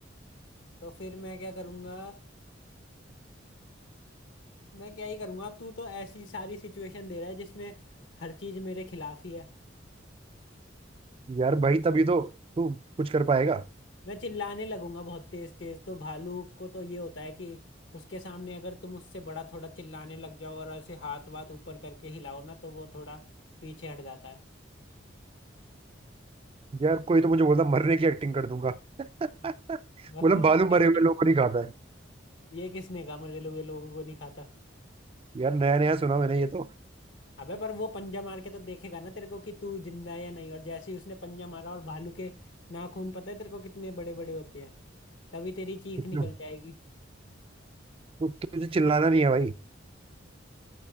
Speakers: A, on the left; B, on the right.
A: तो फिर मैं क्या करूँगा मैं क्या ही करूँगा अब तू तो ऐसी सारी सिचुएशन दे रहा है जिसमें हर चीज़ मेरे खिलाफ ही है
B: यार भाई तभी तो तू कुछ कर पाएगा
A: मैं चिल्लाने लगूंगा बहुत तेज तेज तो भालू को तो ये होता है कि उसके सामने अगर तुम उससे बड़ा थोड़ा चिल्लाने लग जाओ और ऐसे हाथ वाथ ऊपर करके हिलाओ ना तो वो थोड़ा पीछे हट जाता है
B: यार कोई तो मुझे बोलता मरने की एक्टिंग कर दूंगा <laughs>
A: वरना
B: बोला भालू
A: <laughs>
B: मरे हुए लोग को नहीं खाता है
A: ये किसने कहा मरे हुए लोगों को नहीं खाता
B: यार नया नया सुना मैंने ये तो
A: अबे पर वो पंजा मार के तो देखेगा ना तेरे को कि तू जिंदा है या नहीं और जैसे ही उसने पंजा मारा और भालू के नाखून पता है तेरे को कितने बड़े बड़े होते हैं तभी तेरी चीख
B: इतना-
A: निकल जाएगी
B: तु, तुझे चिल्लाना नहीं है भाई